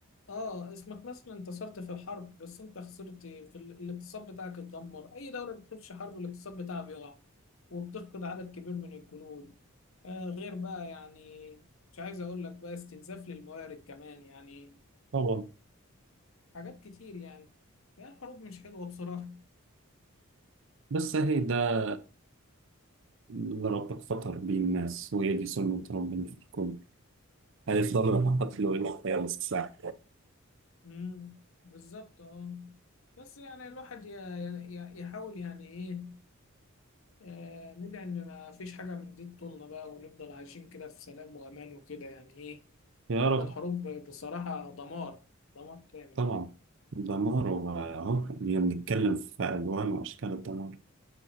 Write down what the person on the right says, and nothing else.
طبعا
بس هي ده إن ربك فطر بيه الناس وهي دي سنة ربنا في الكون هيفضلوا يقتلوا إلى قيام الساعة
يا
رب
طبعا
دمار وأهو بنتكلم في ألوان وأشكال الدمار